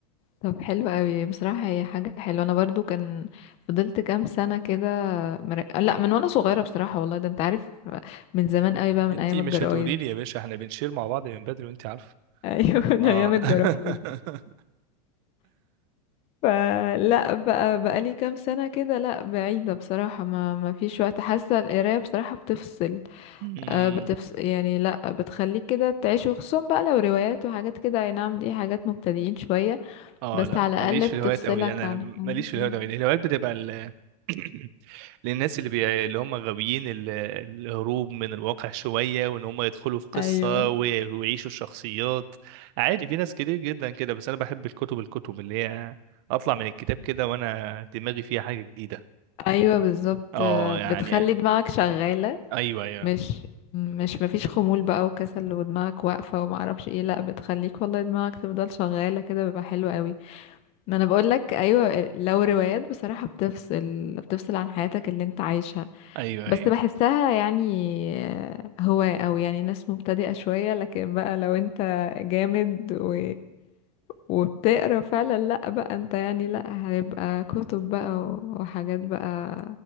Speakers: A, on the left (about 30°); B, on the right (about 40°).
A: طب حلو قوي بصراحه هي حاجه حلوه انا برضو كان فضلت كام سنه كده مر... لا من وانا صغيره بصراحه والله ده انت عارف من زمان قوي بقى من
B: انتي
A: ايام الجرايد
B: مش هتقولي لي يا باشا احنا بنشير مع بعض من بدري وانتي عارفه
A: ايوه <laughs> من
B: اه
A: ايام الجرابيب
B: <laughs>
A: فلا بقى بقى لي كام سنه كده لا بعيده بصراحه ما ما فيش وقت حاسه القرايه بصراحه بتفصل
B: أمم،
A: آه بتفصل يعني لا بتخليك كده تعيش وخصوصا بقى لو روايات وحاجات كده اي نعم دي حاجات مبتدئين شويه
B: اه
A: بس
B: لا
A: على
B: ماليش
A: الاقل
B: في
A: بتفصلك
B: الهوايات قوي انا
A: عن
B: ماليش
A: <laughs>
B: في الهوايات قوي الهوايات بتبقى ال... <coughs> <clears throat> للناس اللي بي... اللي هم غاويين ال... الهروب من الواقع شويه وان هم يدخلوا في قصه
A: ايوه
B: و... ويعيشوا الشخصيات عادي في ناس كتير جدا كده بس انا بحب الكتب الكتب اللي هي اطلع من الكتاب كده وانا دماغي فيها حاجه جديده
A: ايوه بالظبط
B: اه
A: آه،
B: يعني
A: بتخلي
B: أنا-
A: دماغك شغاله
B: ايوه ايوه
A: مش مش مفيش خمول بقى وكسل ودماغك واقفه وما اعرفش ايه لا بتخليك والله دماغك تفضل شغاله كده بيبقى حلو قوي ما انا بقول لك ايوه لو روايات بصراحه بتفصل بتفصل عن حياتك اللي انت عايشها
B: ايوه
A: بس
B: ايوه
A: بحسها يعني هو او يعني ناس مبتدئه شويه لكن بقى لو انت جامد و... وبتقرا فعلا لا بقى انت يعني لا هيبقى كتب بقى وحاجات بقى